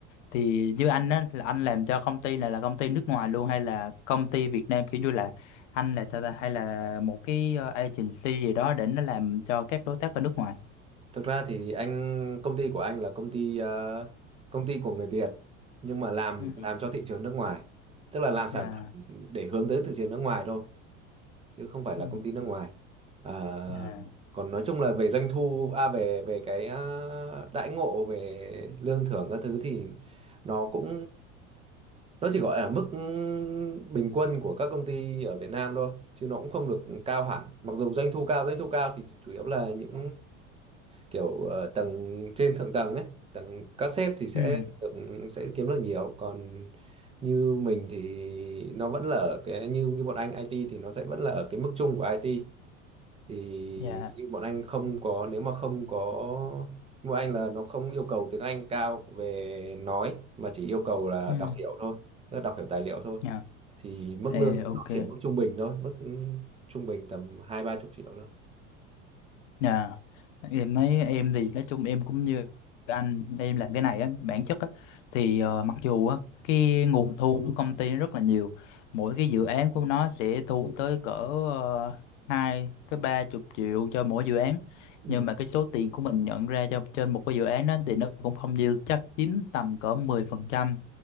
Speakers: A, on the left; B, on the right.
A: Thì như anh á là anh làm cho công ty này là công ty nước ngoài luôn hay là công ty Việt Nam kiểu như là anh là sao ta hay là một cái ờ, agency gì đó để nó làm cho các đối tác ở nước ngoài.
B: thực ra thì anh công ty của anh là công ty ờ, công ty của người Việt nhưng mà làm
A: Ừ.
B: làm cho thị trường nước ngoài tức là làm sản
A: Dạ.
B: phẩm để hướng tới thị trường nước ngoài thôi chứ không phải là
A: Ừ.
B: công ty nước ngoài à,
A: À,
B: còn nói chung là về doanh thu à về về cái à, đãi ngộ về lương thưởng các thứ thì nó cũng nó chỉ gọi là mức bình quân của các công ty ở Việt Nam thôi chứ nó cũng không được cao hẳn mặc dù doanh thu cao doanh thu cao thì chủ yếu là những kiểu ờ, tầng trên thượng tầng ấy tầng các sếp thì sẽ
A: ừ,
B: được, sẽ kiếm được nhiều còn như mình thì nó vẫn là ở cái như như bọn anh IT thì nó sẽ vẫn là ở cái mức chung của IT thì
A: dạ,
B: nhưng bọn anh không có nếu mà không có nhưng bọn anh là nó không yêu cầu tiếng Anh cao về nói mà chỉ yêu cầu là
A: ừ,
B: đọc hiểu thôi tức là đọc hiểu tài liệu thôi
A: dạ,
B: thì mức
A: Ê,
B: lương thì
A: ok,
B: nó chỉ ở mức trung bình thôi mức ừ, trung bình tầm hai ba chục triệu thôi
A: dạ, em nói em thì nói chung em cũng như anh, em làm cái này á, bản chất á, thì ờ, mặc dù á, cái nguồn thu của công ty nó rất là nhiều, mỗi cái dự án của nó sẽ thu tới cỡ uh, 2 tới ba chục triệu cho mỗi dự án,
B: ừ.
A: nhưng mà cái số tiền của mình nhận ra cho trên một cái dự án đó thì nó cũng không nhiều, chắc chiếm tầm cỡ 10%.